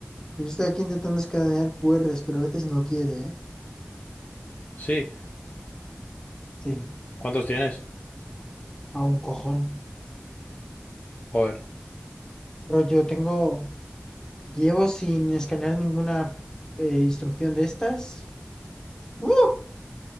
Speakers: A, on the left; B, on the left.
A: Pues yo estoy aquí intentando escanear QRs, pero a veces no quiere, ¿eh?
B: Sí,
A: Sí.
B: ¿cuántos tienes?
A: A un cojón.
B: Joder.
A: Bro, yo tengo, llevo sin escanear ninguna eh, instrucción de estas. ¡Uh!